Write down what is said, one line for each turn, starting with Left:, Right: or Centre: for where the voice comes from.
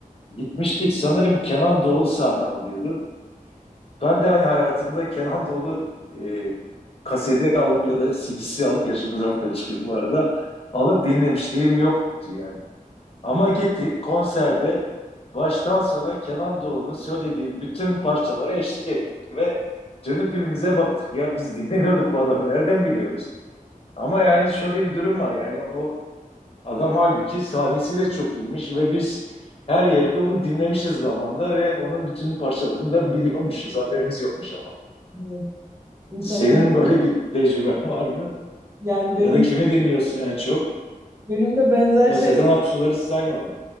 Left: Gitmiştik sanırım Kenan Doğulu sahne alıyordu. Ben de hani hayatımda Kenan Doğulu e, kaseti alıp ya da CD'si alıp yaşımız ortaya çıkıyor bu arada. Alıp dinlemişliğim yoktu yani. Ama gittik konserde baştan sona Kenan Doğulu'nun söylediği bütün parçalara eşlik ettik ve dönüp birbirimize baktık ya biz dinlemiyorduk bu adamı nereden biliyoruz? Ama yani şöyle bir durum var yani o adam halbuki sahnesi de çok iyiymiş ve biz her yerde onu dinlemişiz zamanda ve onun bütün parçalarını da biliyormuşuz haberimiz yokmuş ama.
Right: evet, insana
Left: Senin böyle bir tecrüben var mı?
Right: yani
Left: Ya
Right: benim
Left: da kimi dinliyorsun en çok?
Right: benim de benzer
Left: Tabii
Right: şeyler.
Left: Sezen Aksu'ları saymadım.